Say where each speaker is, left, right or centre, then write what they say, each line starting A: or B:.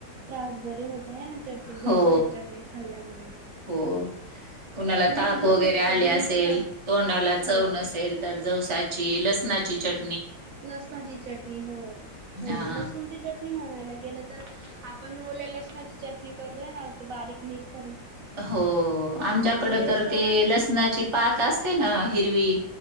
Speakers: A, on the right (about 65°); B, on the right (about 25°).
A: त्रास बरीे होत आहे ना, चटणी जवसाली
B: हो
A: चटणी खाल्ल्यामुळे
B: हो, कुणाला
A: म्हणून
B: ताप
A: जवसाची
B: वगैरे आले
A: चटणी
B: असेल,
A: ही खा
B: तोंडाला
A: हो
B: चव नसेल तर ज ची लसणाची चट
A: लसणची चटणी! हो, हो
B: हा
A: लसूणची चटणी म्हणायला गेलं तर आपण लेलच ना, चटणी करतोय ना बारीक मिक्स
B: हो, आमच्याकडे
A: रेस्टॉरंट
B: तर ते लसणाची पात असते ना, हिरवी